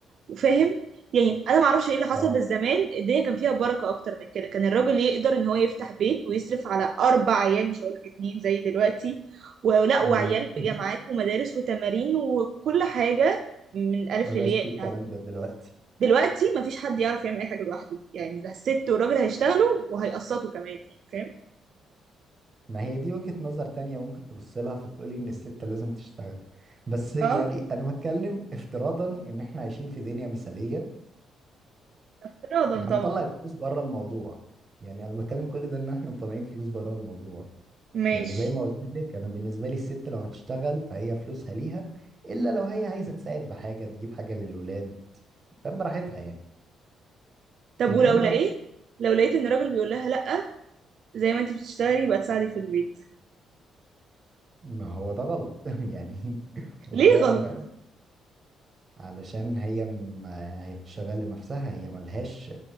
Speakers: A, on the right; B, on the right.
A: وفاهم يعني انا ما اعرفش ايه اللي حصل
B: اه
A: بس زمان الدنيا كان فيها بركه اكتر من كده كان الراجل يقدر ان هو يفتح بيت ويصرف على اربع عيال مش هقول لك اتنين زي دلوقتي ولا
B: مم.
A: وعيال بجامعات
B: <laughs>
A: ومدارس وتمارين وكل حاجه من الف
B: ما
A: للياء
B: بقاش في الكلام
A: يعني.
B: ده دلوقتي
A: دلوقتي مفيش حد يعرف يعمل اي حاجه لوحده يعني ده الست والراجل هيشتغلوا وهيقسطوا كمان يعني فاهم
B: ما هي دي وجهة نظر تانية ممكن تبص لها فتقولي ان الست لازم تشتغل بس يعني
A: اه
B: انا بتكلم افتراضا ان احنا عايشين في دنيا مثالية
A: افتراضا
B: وهنطلع
A: طبعا
B: الفلوس بره الموضوع يعني انا بتكلم كل ده ان احنا مطلعين فلوس بره الموضوع
A: ماشي
B: لان زي ما قلت لك انا بالنسبة لي الست لو هتشتغل فهي فلوسها ليها الا لو هي عايزة تساعد بحاجة تجيب حاجة للولاد فاهم براحتها يعني
A: طب
B: انما
A: ولو لقيت لو لقيت ان الراجل بيقول لها لا زي ما انت بتشتغلي يبقى تساعدي في البيت
B: ما هو ده غلط <laughs> يعني هو
A: ليه
B: ده
A: غلط
B: ما- علشان هي ما هي بتشتغل لنفسها هي ملهاش